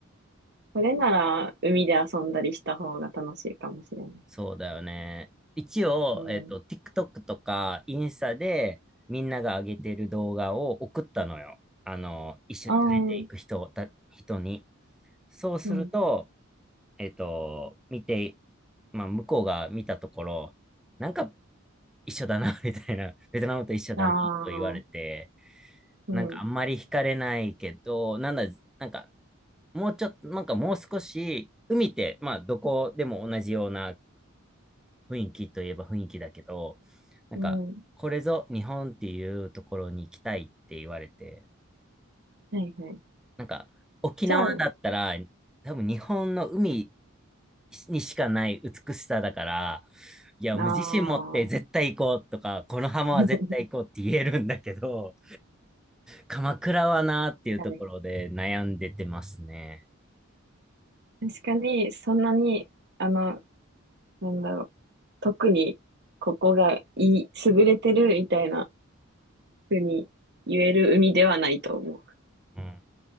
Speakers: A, on the right; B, in the centre.
A: それなら、海で遊んだりした方が楽しいかもしれない。
B: そうだよね。一応、
A: うん。
B: えっと、TikTok とかインスタでみんなが上げてる動画を送ったのよ。あの、一緒に連れていく人をた、
A: ああ、
B: 人に。そうすると、
A: うん。
B: えっと、見て、まあ、向こうが見たところ、なんか一緒だな、<laughs> みたいな、ベトナムと一緒だな、
A: ああ、
B: と言われて、
A: うん。
B: なんかあんまり惹かれないけど、なんだ、なんかもうちょっと、なんかもう少し、海って、まあ、どこでも同じような雰囲気といえば雰囲気だけど、なんか、
A: うん。は
B: これぞ日本っていうところに行きたいって言われて、
A: いはい。
B: なんか、沖縄だったら、
A: じゃあ、
B: 多分日本の海にしかない美しさだから、いや、もう自信持って絶対行こうとか、
A: ああ、
B: この浜は絶対行こうって言えるんだけど、
A: <laughs>
B: 鎌倉はなーっていうところで悩んでてますね。
A: 確かに。確かに、そんなに、あの、なんだろう。特に、ここがいい、優れてるみたいな風に言える海ではないと思う。
B: うん